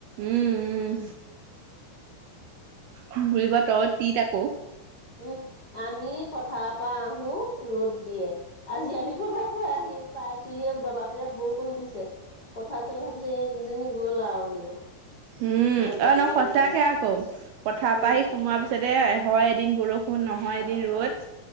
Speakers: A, on the right; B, on the left.
A: উম, উম বুুলিব তই তিত আকৌ।
B: উম আমি পথাৰৰ পৰা আহো ৰ'দ দিয়ে আজি আমি পথাৰ পৰা আহিম। পাইছহে দবা পিটা বৰষুণ দিছে পথাৰ চাগে ভাবিছে এই কেইজনী গ'ল আৰু বুলিব।
A: উম
B: ৰ'দডাল
A: অ নহয়
B: দিয়াই ল'বলৈ।
A: সচাকে আকৌ পথাৰ
B: উম।
A: পৰা আহি সোমোৱাৰ পিছত। পিছতে হয় এদিন বৰষুণ নহয় এদিন ৰ'দ।